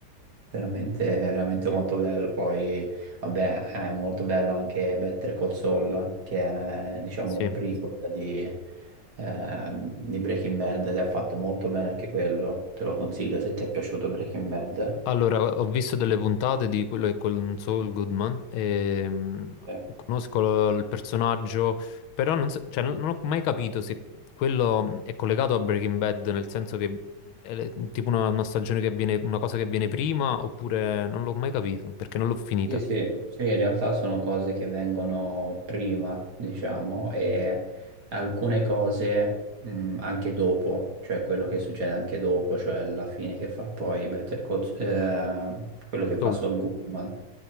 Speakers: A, on the right; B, on the left.
A: Veramente, veramente molto bello. Poi, vabbè, è molto bello anche Better Call Saul, che è, diciamo,
B: Sì.
A: un prequel di, eh, di Breaking Bad ed è fatto molto bene anche quello. Te lo consiglio se ti è piaciuto Breaking Bad.
B: Allora, ho visto delle puntate di quello che è con Saul Goodman e mm,
A: Eh.
B: conosco lo- il personaggio, però non, so- cioè, non- non ho mai capito se quello mm, è collegato a Breaking Bad, nel senso che mm, è le- tipo una, una stagione che avviene, una cosa che avviene prima, oppure non l'ho mai capito, perché non l'ho finita.
A: Sì, sì, sì, in realtà sono cose che vengono prima, diciamo, e alcune cose mh, anche dopo, cioè quello che succede anche dopo, cioè la fine che fa poi Better Call, eh, quello che fa
B: Saul.
A: Saul Goodman,